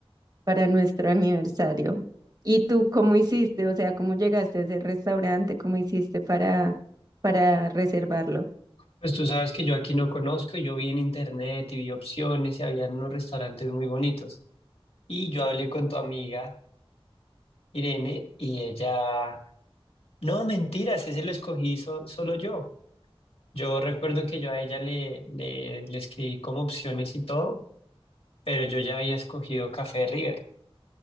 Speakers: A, on the right; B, on the left.
A: para nuestro aniversario. ¿Y tú cómo hiciste? O sea, ¿cómo llegaste a ese restaurante? ¿Cómo hiciste para, para reservarlo?
B: pues tú sabes que yo aquí no conozco. y Yo vi en internet y vi opciones y habían unos restaurantes muy bonitos. Y yo hablé con tu amiga Irene y ella... No, mentiras, ese lo escogí so- solo yo. Yo recuerdo que yo a ella le, le, le escribí como opciones y todo, pero yo ya había escogido Café River.